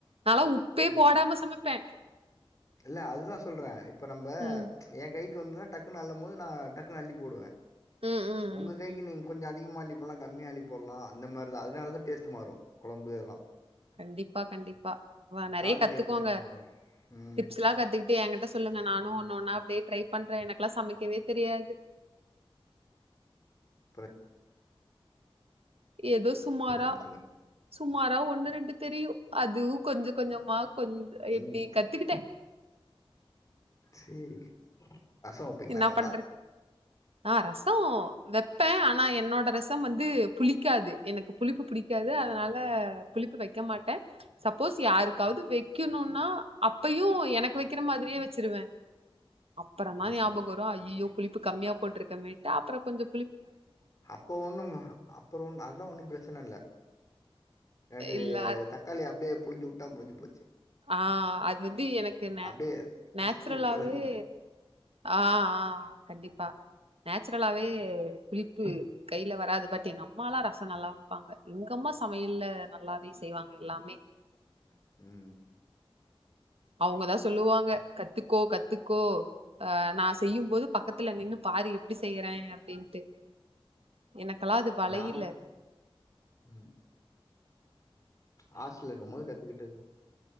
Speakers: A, on the right; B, on the left.
A: நாலா உப்பே
B: ம்.
A: போடாம சமப் பே
B: இல்ல அதுதா சொல்றே இப்ப நம்ப
A: ம்
B: ஏ கை க்கு வந்ததுனா டக்குன்னு அள்ளம் போது நா டக்குன்னு அள்ளி போடுவே
A: ம் ம்
B: உங்க
A: ம்
B: கைக்கு
A: ம்.
B: நீங்க கொஞ்சோ அ திகமா அள்ளி போடலா கம்மியா அள்ளிப் போடலா அந்த மாதிரிதா அதனாலதா டேஸ்ட் மாறு கொழம்பு இதலா
A: கண்டிப்பா கண்டிப்பா வ நெறையா
B: தாளிக்கிறது
A: கத்துக்கோங்க
B: அந்த மாரி தான். ம்.
A: டிப்ஸ்ல்லா கத்துக்கிட்டு ஏகிட்ட சொல்லுங்க நானு ஒன்னு ஒன்னா அப்டியே ட்ரை பண்றே எனக்குல்லா சமைக்கவே தெரியாது
B: பெற
A: ஏதோ சுமாரா
B: சமைச்சீங்க.
A: சுமாரா ஒன்னு ரெண்டு தெரியு அதுவு கொஞ்ச கொஞ்சமா கொஞ்ச எப்டி
B: ம்.
A: கத்துக்கிட்டே
B: சேரி ரசோ வப்பீங்களா
A: என்னா
B: நல்லா
A: பண்ற ஆ ரசோ வப்பே ஆனா என்னோட ரசம் வந்து புளிக்காது எனக்கு புளிப்பு புடிக்காது அதனால புளிப்பு வைக்க மாட்டே சப்போஸ் யாருக்காவது வைக்கணுன்னா அப்பயு எனக்கு வைக்கிற மாதிரியே வச்சிருவே அப்பறந்தா
B: ம்.
A: நியா அய்யய்யோ புளிப்பு கம்மியா போட்டுருக்கமேன்ட்டு அப்பறோ கொஞ்சோ
B: அப்ப ஒண்ணு அப்பற ஒண்ணு அதெல்லா ஒன்னு பிரச்சன இல்ல ரெண்டு
A: இல்ல
B: தக்காளிய அப்டியே புழிஞ்சி விட்டா முடிஞ்சி போச்சு
A: ஆஹ் அது வந்து எனக்கு நே
B: அப்டியே
A: நேச்சுரலாவே
B: கசக்கி வுட்ற
A: ஆஹ் ஆஹ் கண்டிப்பா நேச்சுரலாவே புளிப்பு கையில வராது பட் எங்க அம்மலா ரசோ நல்லா வைப்பாங்க எங்கம்மா சமையல்ல நல்லா வீ செய்வாங்க எல்லாமே
B: உ உ
A: அவுங்கதா சொல்லுவாங்க கத்துக்கோ கத்துக்கோ ஆஹ் நா செய்யும்போது பக்கத்துல நின்னு பாரு எப்டி செய்யறே அப்டின்ட்டு எனக்கெலா அது வளையில
B: நா ம் ஹாஸ்டல்ல இருக்கும்போது கத்துக்கிட்டது